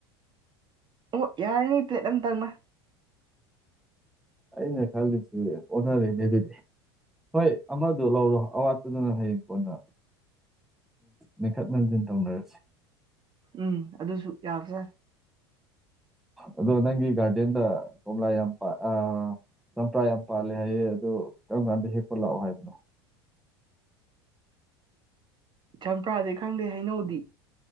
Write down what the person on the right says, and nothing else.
ꯑꯣ ꯌꯥꯔꯅꯤ ꯄ꯭ꯂꯦꯠ ꯑꯝꯇꯪꯅ
ꯎꯝ ꯑꯗꯨꯁꯨ ꯌꯥꯕꯖꯠꯅꯤ
ꯆꯝꯄ꯭ꯔꯥꯗꯤ ꯈꯪꯗꯦ ꯍꯩꯅꯧꯗꯤ